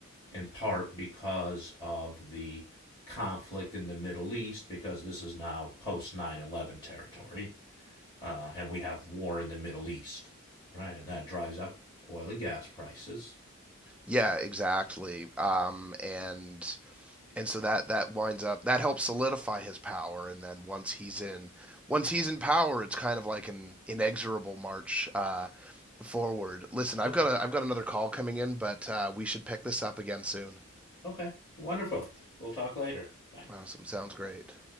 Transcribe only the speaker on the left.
in part because of the conflict in the Middle East, because this is now post 9 11 territory, uh, and we have war in the Middle East, right? And that drives up oil and gas prices.
Okay.
Okay. Wonderful. We'll talk later. Bye.